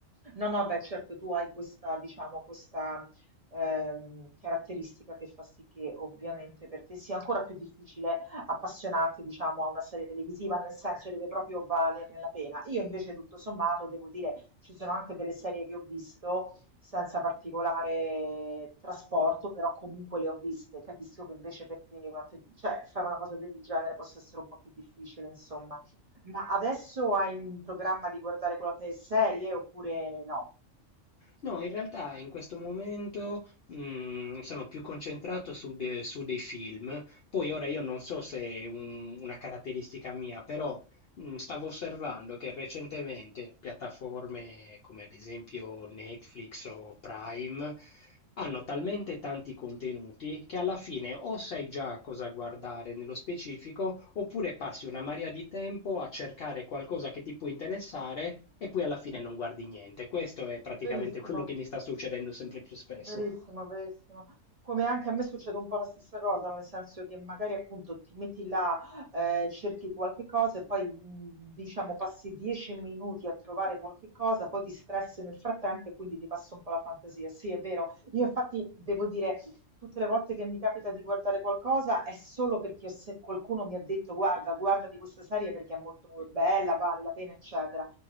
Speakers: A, on the right; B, on the left.
A: No, no, beh, certo, tu hai questa, diciamo, questa ehm, caratteristica che fa sì che ovviamente per te sia ancora più difficile appassionarti, diciamo, a una serie televisiva, nel senso deve proprio valerne la pena. Io invece, tutto sommato, devo dire, ci sono anche delle serie che ho visto senza particolare trasporto, però comunque le ho viste. Capisco che invece per te, una te- cioè, fare una cosa del genere possa essere un po' più difficile, insomma. Ma adesso hai in programma di guardare qualche serie oppure no?
B: No, in realtà in questo momento mm, sono più concentrato su, de- su dei film. Poi ora io non so se è un- una caratteristica mia, però Mm, Stavo osservando che recentemente piattaforme come ad esempio Netflix o Prime hanno talmente tanti contenuti che alla fine o sai già cosa guardare nello specifico oppure passi una marea di tempo a cercare qualcosa che ti può interessare e poi alla fine non guardi niente. Questo è praticamente
A: Verissimo.
B: quello che mi sta succedendo sempre più spesso.
A: Verissimo, verissimo. Come anche a me succede un po' la stessa cosa, nel senso che magari appunto ti metti là, eh, cerchi qualche cosa e poi mh, diciamo passi dieci minuti a trovare qualche cosa, poi ti stressi nel frattempo e quindi ti passa un po' la fantasia. Sì, è vero. Io infatti devo dire, tutte le volte che mi capita di guardare qualcosa è solo perché se qualcuno mi ha detto guarda, guarda di questa serie perché è molto bella, vale la pena, eccetera.